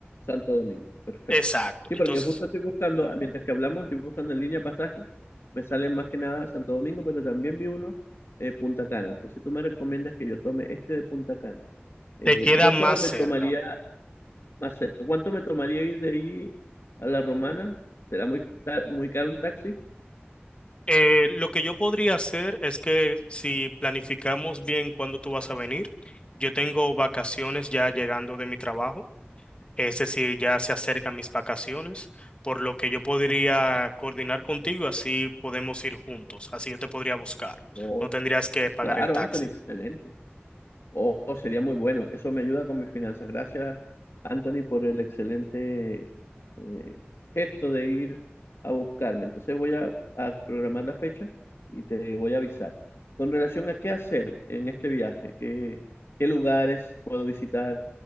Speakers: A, on the left; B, on the left.
A: Santo Domingo, perfecto.
B: Exacto.
A: Sí,
B: Entonces...
A: porque justo estoy buscando, ah, mientras que hablamos, estoy buscando en línea pasajes, me salen más que nada Santo Domingo, pero también vi uno eh, Punta Cana. Entonces tú me recomiendas que yo tome este de Punta Cana. Eh,
B: Te queda
A: ¿cuánto
B: más
A: me
B: cerca.
A: tomaría más cerca? ¿Cuánto me tomaría ir de allí a La Romana? ¿Será muy, ta- muy caro un taxi?
B: Eh, lo que yo podría hacer es que si planificamos bien cuándo tú vas a venir, yo tengo vacaciones ya llegando de mi trabajo, es decir, ya se acercan mis vacaciones, por lo que yo podría coordinar contigo, así podemos ir juntos, así yo te podría buscar,
A: Oh,
B: no tendrías que pagar
A: claro,
B: el taxi.
A: Anthony, excelente. Oh, oh, sería muy bueno. Eso me ayuda con mis finanzas. Gracias, Anthony, por el excelente eh, gesto de ir a buscarme. Entonces voy a, a programar la fecha y te voy a avisar. Con relación a qué hacer en este viaje, qué, qué lugares puedo visitar,